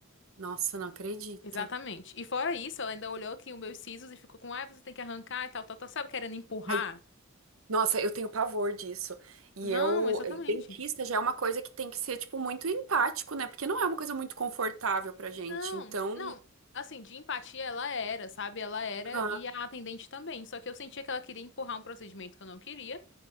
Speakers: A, on the right; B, on the left.
A: Nossa, não acredito.
B: Exatamente. E fora isso, ela ainda olhou aqui os meus sisos e ficou com, ai, você tem que arrancar e tal, tal, tal, sabe? Querendo empurrar.
A: Ai, Nossa, eu tenho pavor disso. E
B: Não,
A: eu,
B: exatamente.
A: e dentista já é uma coisa que tem que ser, tipo, muito empático, né? Porque não é uma coisa muito confortável pra gente.
B: Não,
A: Então,
B: não. Assim, de empatia ela era, sabe? Ela era
A: ah,
B: e a atendente também. Só que eu sentia que ela queria empurrar um procedimento que eu não queria.